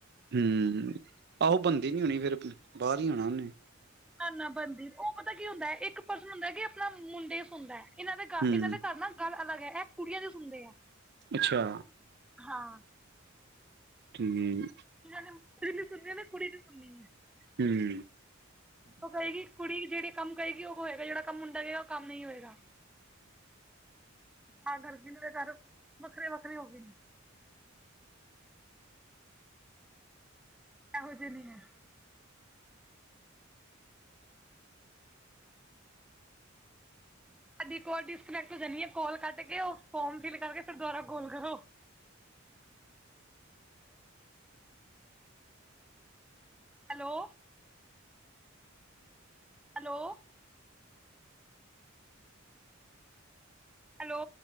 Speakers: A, on the right (about 55°); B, in the centre.
A: ਹਮ ਆਹੋ ਬੰਦੀ ਨੀ ਹੋਣੀ ਫੇਰ ਬਾਹਰ ਹੀ ਆਉਣਾ ਉਹਨੇ
B: ਨਾ ਨਾ ਬਣਦੀ ਉਹ ਪਤਾ ਕੀ ਹੁੰਦਾ ਇੱਕ ਪਰਸਨ ਹੁੰਦਾ ਕਿ ਆਪਣਾ ਮੁੰਡੇ ਸੁੰਦਾ ਇਹਨਾਂ ਦੇ ਗ
A: ਹੂੰ
B: ਇਹਨਾਂ ਦੇ ਘ ਨਾਲ ਗੱਲ ਇਹ ਕੁੜੀਆਂ ਦੀ ਸੁਣਦੇ ਏ।
A: ਅੱਛਾ,
B: ਹਾਂ,
A: ਠੀਕ,
B: ਨੇ ਮੁ ਵੀ ਸੁਣਨੀ ਹੈ, ਨਾ ਕੁੜੀ ਵੀ ਸੁਣਨੀ ਹੈ।
A: ਹੂੰ
B: ਉਹ ਕਹੇਗੀ ਕੁੜੀ ਜਿਹੜੀ ਕੰਮ ਕਰੇਗੀ ਉਹ ਹੋਏਗਾ, ਜਿਹੜਾ ਕੰਮ ਮੁੰਡਾਗਾ, ਉਹ ਕੰਮ ਨਹੀਂ ਹੋਏਗਾ ਤਾ ਕਰਕੇ ਘਰ ਵੱਖਰੇ-ਵੱਖਰੇ ਹੋ ਗਏ ਨੇ। ਇਹੋ ਜਿਹੇ ਜੇ ਨਹੀ ਹੈ। ਸਾਡੀ ਕੋਲ ਡਿਸਕਨੈਕਟ ਹੋ ਜਾਣੀ ਹੈ, ਕਾਲ ਕੱਢ ਕੇ ਉਹ ਫੋਰਮ ਫਿਲ ਕਰਕੇ ਫਿਰ ਦੁਬਾਰਾ ਕਾਲ ਕਰੋ। Hello, hello, hello,